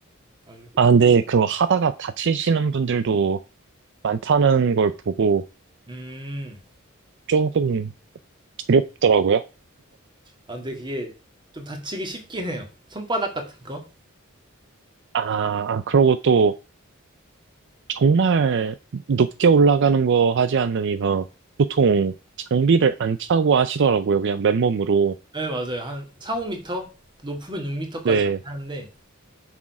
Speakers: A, on the right; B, on the right.
A: 맞아요.
B: 아, 근데 그거 하다가 다치시는 분들도 많다는 걸 보고
A: 음.
B: 조금 두렵더라고요.
A: 아 근데 그게 좀 다치기 쉽긴 해요. 손바닥 같은 거.
B: 아, 아, 그러고 또 정말 높게 올라가는 거 하지 않는 이상 보통 장비를 안 차고 하시더라고요. 그냥 맨몸으로.
A: 네 맞아요. 한 4-5 미터 높으면 6 미터까지
B: 네,
A: 가긴 하는데